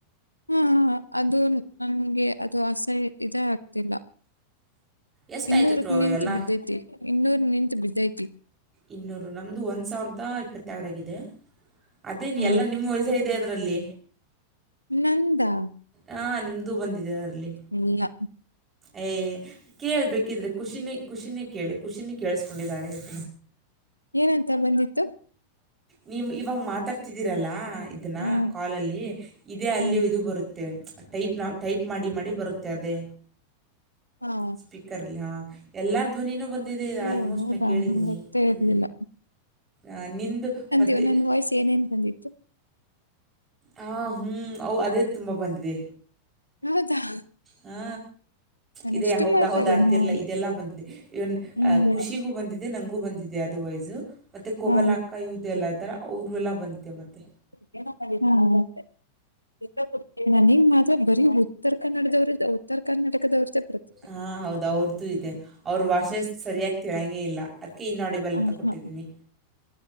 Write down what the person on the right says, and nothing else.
ಎಷ್ಟಾಯಿತು
ಪ್ರೋ
ಎಲ್ಲ
ಇನ್ನೂರು ನಮ್ದು ಒಂದ ಸಾವಿರದ ಇಪ್ಪತ್ತಯಾಡ ಆಗಿದೆ ಅದೇ ಏನ್
ಎಲ್ಲಾ ನಿಮ್ಮ ವಾಯ್ಸ ಇದ ಇದೇ ಅದರಲ್ಲಿ,
ಹಾ ನಿಮ್ದು ಬಂದಿದೆ ಅದರಲ್ಲಿ,
ಏ ಕೇಳ್ಬೇಕಿದ್ರೆ ಖುಷಿನೇ ಖುಷಿನೇ ಕೇಳಿ ಖುಷಿನು ಕೇಳಸ್ಕೊಂಡಿದಾಳೆ. <inaudible>
ನೀವ ಇವಮ್ಮ ಮಾತಾಡ್ತಿದ್ದೀರಲ್ಲ ಇದನ್ನ
ಕೋಲ್ ಅಲ್ಲಿ. ಇದೇ ಅಲ್ಲಿಯ
ಇದು ಬರುತ್ತೆ ಟೈಪ್ ನಾವು ಟೈಪ್ ಮಾಡಿ ಮಾಡಿ ಬರುತ್ತೆ ಅದೇ,
ಸ್ಪೀಕರ್ ಅಲ್ಲಿ ಹಾ ಇಲ್ಲಾರ ಓ ನೀನು ಬಂದಿದೆ
ಆಲ್ಮೋಸ್ಟ
ನಾ ಕೇಳಿದೀನಿ
ಹು
ಅ ನಿಂದು ಮತ್ತು
ಹಾ ಹೂ ಅವ ಅದೇ ತುಂಬ ಬಂದಿದೆ.
ಹಾ
ಇದೆ ಹೌದಾ
ಹೌದಾ ಅಂತಿರ್ಲ
ಇದೆಲ್ಲ ಬಂದಿದೆೆ ಇವನ್
ಖುಷಿಗೂ ಬಂದಿದೆ <inaudible> ಇದೆ ನಂಗೂ ಬಂದಿದೆ ಅದು ವೈಸ್ ಮತ್ತೆ ಕೊಮಲಾ
ಅಕ್ಕಾ ಇವರದೆಲ್ಲ ಆಯ್ತ ಅಲ್ಲಾ ಅವರು ಎಲ್ಲ ಬಂದಿದ್ದೆ ಮತ್ತೆ.
ಹಾ ಹೌದ ಅವರದು ಇದೆ ಅವರವಾಯ್ಸ್ ಸ ಸರಿಯಾಗಿ ತಿಳಿಯೊಂಗೆ ಇಲ್ಲ. ಅದಕ್ಕೆ ಇನ್ ಓಡಿಬಲ್
ಅಂತ ಕೊಟ್ಟಿದ್ದೀನಿ.